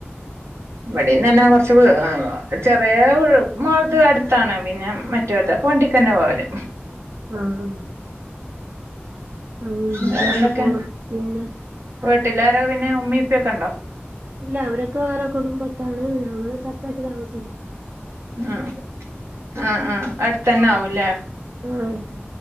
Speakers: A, on the right (about 85°); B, on the right (about 70°).
A: വ്ടേം
B: പിന്നെ
A: തന്നെ കൊറച്ച് ചെറിയ മോൾടെ അടുത്താണ് പിന്നെ മറ്റൊദേക്കെ വണ്ടിക്കെന്നെ പോവല്
B: ആഹ് ആഹ് ആഹ് അങ്ങനെയൊക്കെ
A: വറെഎന്തൊക്കെ
B: പോണ് പിന്നെ
A: വീട്ടിലാര പിന്നെ ഉമ്മേംഇപ്പക്കെണ്ടോ
B: ഇല്ല അവരൊക്കെ വേറെ കുടുംബത്താണ് ഞങ്ങള് സെപ്പറേറ്റ് താമസിക്ക
A: ആ ആ ആ അടുത്തതന്നെ ആവും ഇല്ല
B: ആ അടുത്ത